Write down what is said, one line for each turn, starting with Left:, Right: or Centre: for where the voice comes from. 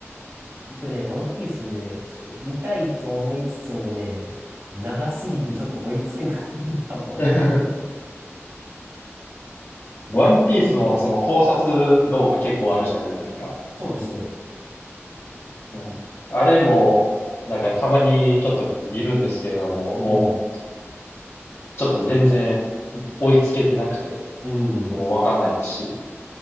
Right: 僕ね、ワンピースね、ちょっと見たいと思いつつもね、長すぎてちょっと追いつけない、<laughs> 多分あれは。
Left: えー <laughs>
Right: 見たことないです。
Left: ワンピースのその考察動画結構あるじゃないですか。
Right: そうですね。
Left: はい。あれも、なんかたまにちょっと見るんですけれども、もう
Right: うん。
Left: ちょっと全然追いつけてなくて、
Right: うん。
Left: もうわかんないし、